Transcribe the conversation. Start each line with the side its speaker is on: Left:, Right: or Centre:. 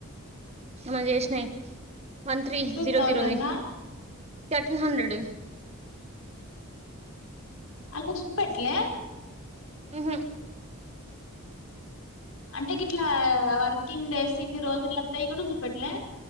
Right: మ ఏష్న్నా one three
Left: two
Right: zero
Left: thousand
Right: zero
Left: ఆ
Right: ర్టీన్ హండ్రడ్
Left: అలా జూపట్ల
Right: ఉహ
Left: అంటే గ ఇట్లా వర్కింగ్ డేస్ ఇన్ని రోజులుత్తాయి కూడా చూపెట్లే